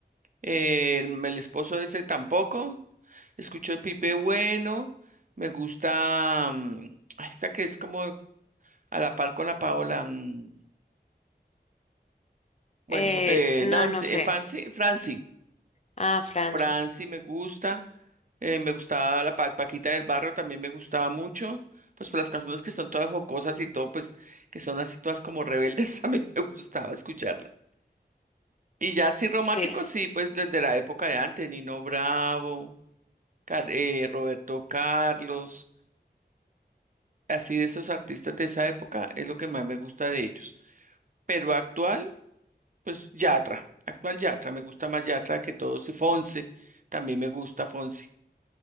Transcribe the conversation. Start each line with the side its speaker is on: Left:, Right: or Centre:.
Right: Eh, el, el esposo de ese tampoco. Escucho el Pipe Bueno, me gusta mm, ay, esta que es como a la par con la Paola. mm, bueno,
Left: eh,
Right: eh,
Left: no,
Right: Nancy,
Left: no sé,
Right: eh, Fancy, Franci,
Left: ah, Franci,
Right: Franci me gusta. Eh, me gustaba la Pa- Paquita del Barrio, también me gustaba mucho. Pues por las canciones que son todas jocosas y todo, pues que son así todas como rebeldes, <laughs> a mí me gustaba escucharla. Y ya así romántico,
Left: sí,
Right: sí, pues desde la época de antes, Nino Bravo, Car- eh, Roberto Carlos, así de esos artistas de esa época es lo que más me gusta de ellos. Pero actual, pues Yatra, actual Yatra, me gusta más Yatra que todos y Fonse, también me gusta Fonse.